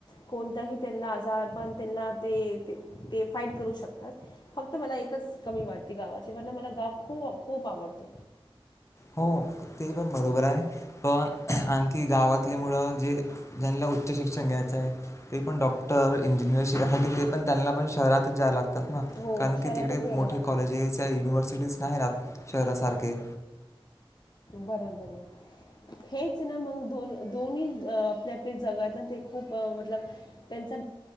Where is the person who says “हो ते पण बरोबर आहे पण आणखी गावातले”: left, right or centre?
Left